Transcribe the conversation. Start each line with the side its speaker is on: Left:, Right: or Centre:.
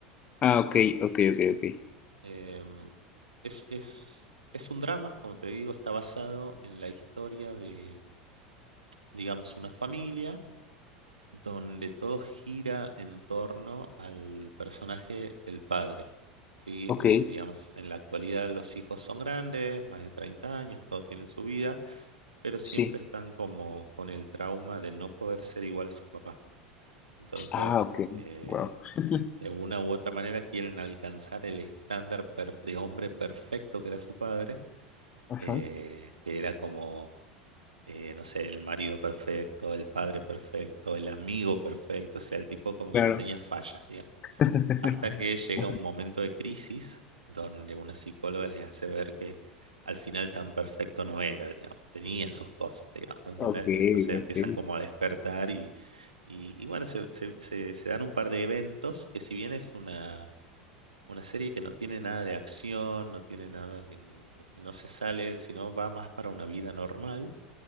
Left: Ah, ok, ok, ok, ok.
Right: Eh, es, es, es un drama, como te digo, está basado en la historia de, digamos, una familia donde todo gira en torno al personaje del padre. ¿sí?
Left: Ok,
Right: Eh, digamos, en la actualidad los hijos son grandes, más de 30 años, todos tienen su vida, pero siempre
Left: sí.
Right: están como con el trauma de no poder ser igual a su papá. Entonces,
Left: Ah, ok.
Right: eh,
Left: Wow. <laughs>
Right: de una u otra manera quieren alcanzar el estándar perf- de hombre perfecto que era su padre,
Left: Ajá,
Right: eh, que era como, eh, no sé, el marido perfecto, el padre perfecto, el amigo perfecto, o sea, el tipo como
Left: claro.
Right: que no tenía fallas, digamos.
Left: <laughs>
Right: Hasta que llega
Left: Ajá,
Right: un momento de crisis donde una psicóloga les hace ver que al final tan perfecto no era, digamos, tenía sus cosas, digamos, ¿entendés?
Left: Ok,
Right: Entonces
Left: ok,
Right: empiezan como a despertar y, y, y bueno, se, se- se- se dan un par de eventos que si bien es una, una serie que no tiene nada de acción, no tiene nada de, no se sale, sino va más para una vida normal,